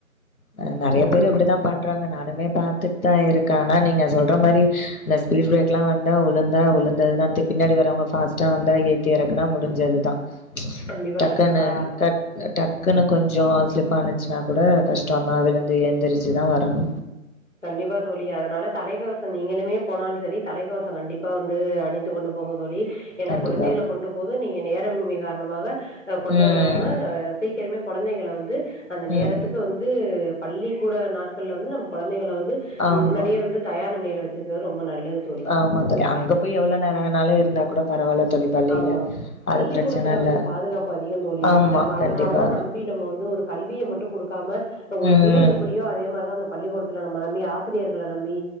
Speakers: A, on the left; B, on the left.
A: அ நெறையா
B: ம்
A: பேர் அப்டிதாம் பண்றாங்க நானுமே பாத்துட் தா இருக்கே ஆனா நீங்க சொல்ற மாரி இந்த ஸ்பீட் பிரேக்லா வந்தா உழுந்தா உழுந்ததுதா த்து பின்னாடி வரவங்க ஃபாஸ்ட்டா வந்தா ஏ த்தி எறக்குனா முடிஞ்சதுதா
B: கண்டிப்பா
A: டக்குன்னு
B: கண்டிப்பா
A: கட் அ டக்குன்னு கொஞ்சோ ஸ்லிப் ஆனுச்சுனா கூட கஷ்டந்தா அதுலந்து எந்திரிச்சுதா வரணு.
B: கண்டிப்பா தோழி அதனால தலைக்கவசோ நீங்களுமே போனாலு சரி தலைக்கவசோ கண்டிப்பா வந்து அணிந்து கொண்டு போங்க தோழி. ஏனா
A: கண்டிப்பா.
B: குழந்தைகளை கொண்ட்டு போது நீங்க நேரமின்மை காரணமாக அ கொண்ட
A: ம்
B: விடாம சீக்கிரமே கொழந்தைகள வந்து அந்த நேரத்துக்கு
A: ம்
B: வந்து பள்ளிக்கூட நாட்கள்ல வந்து நம்ம கொழந்தைங்கள வந்து
A: ஆமா
B: முன்னாடியே வந்து தயார் நிலையில வெச்சுக்கது ரொம்ப நல்லது தோ
A: ஆமா தோழி அங்க போய் எவ்ளோ நேரோ வேணாலு இருந்தா கூட பரவால்ல தோழி பள்ளியில.
B: ஆமா
A: அது
B: பள்ளிக்கூடத்துல
A: பிரச்சன இல்ல.
B: வந்து பாதுகாப்பு அதிகந் தோழி
A: ஆமா
B: நம்ம அதனாலதா
A: கண்டிப்பா.
B: நம்பி நம்ம வந்து ஒரு கல்விய மட்டு குடுக்காம ஒரு
A: ம்
B: வீடு எப்பிடியோ அதே மார்தா அந்த பள்ளிக்கூடத்துல நம்ம நம்பி ஆசிரியர்கள நம்பி